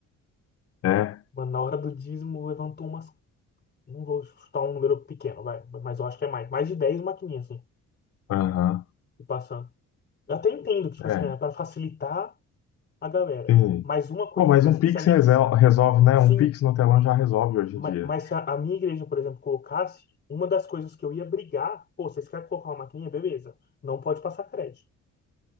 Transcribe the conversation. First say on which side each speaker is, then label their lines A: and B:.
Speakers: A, on the left; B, on the left.
A: É,
B: Mano, na hora do dízimo levantou umas. Não vou chutar um número pequeno, vai, mas eu acho que é mais. Mais de 10 maquininhas, assim,
A: aham,
B: e passando. Eu até entendo que, tipo
A: é,
B: assim, é para facilitar a galera.
A: sim.
B: Mas uma coisa,
A: Bom, mas
B: tipo
A: um
B: assim,
A: Pix
B: se a minha,
A: resel- resolve, né?
B: se,
A: Um Pix no telão já resolve hoje
B: Ma-
A: em dia.
B: Mas, se a, a minha igreja, por exemplo, colocasse, uma das coisas que eu ia brigar, pô, vocês querem colocar uma maquininha? Beleza. Não pode passar crédito.